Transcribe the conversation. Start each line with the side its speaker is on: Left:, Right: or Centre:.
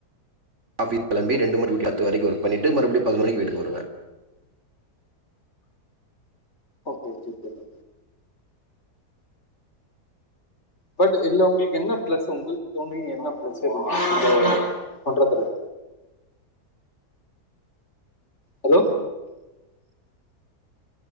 Right: ஆஃபிஸ் கெளம்பி
Left: ஓகே
Right: ரெண்டு மணி டூ பத்து வரைக்கு ஒர்க் பண்ணிட்டு மறுபடி பன்னென்டு மணிக்கு வீட்டுக்கு வருவ
Left: ஓகே ஜிபே <inaudible> பட் இல்ல உங்களுக்கு என்ன பிளஸ் உங்களுக்கு தோணி என்ன பிளஸ் இருந்துச்சு இந்த பண்றதுல ஹலோ